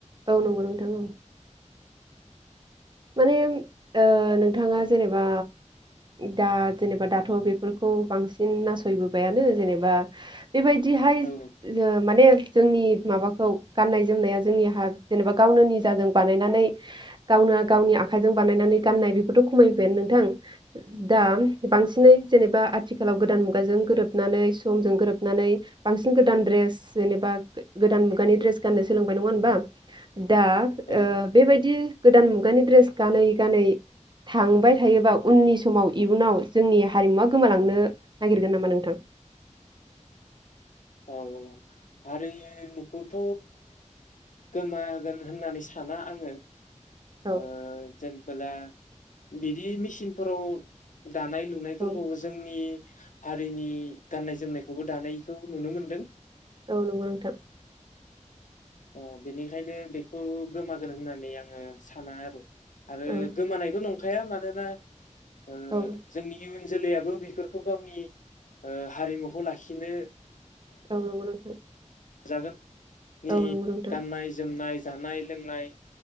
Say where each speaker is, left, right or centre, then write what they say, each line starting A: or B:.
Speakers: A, on the right; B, on the left.
A: औ नंगौ नोंथां औ माने ओ नोंथाङा जेनेबा दा जेनेबा दाथ' बेफोरखौ बांसिन नासयबोबायानो जेनेबा बेबायदिहाय
B: औ
A: जो माने जोंनि माबाखौ गाननाय जोमनाया जोंनि हा जेनेबा गावनो निजाजों बानायनानै गावनो गावनि आखाइजों बानायनानै गाननाय बेफोरथ' खमायबायानो नोंथां दा बांसिनै जेनेबा आथिखालाव गोदान मुगाजों गोरोबनानै समजों गोरोबनानै बांसिन गोदान ड्रेस जेनेबा गोदान मुगानि ड्रेस गाननो सोलोंबाय नङा हबा दा
B: औ
A: ओ बेबायदि गोदान खुगानि द्रेस गानै गानै थांबाय थायोबा उननि समाव इयुनाव जोंनि हारिमुवा गोमालांनो नागिरगोन नामा नोंथां?
B: औ औ हारिमुखौथ' गोमागोन होननानै साना आङो।
A: औ
B: ओ जेनबोला बिदि मेसिनफोराव दानाय लुनायफोरखौ
A: औ
B: जोंनि हारिनि गाननाय जोमनायखौबो दानायखौ नुनो मोनदों।
A: औ नंगौ नोंथां।
B: अ बेनिखायनो बेखौ गोमागोन होननानै आङो साना आरो आरो
A: औ
B: गोमानायबो नंखाया मानो। मा ओ
A: औ
B: जोंनि ओनसोल लाबो बेफोरखौ गावनि हारिमुखौ लाखिनो
A: औ नंगो नोंथां
B: दा जोंनि
A: औ नंगौ नोंथां
B: गाननाय जोमनाय जानाय लोंनाय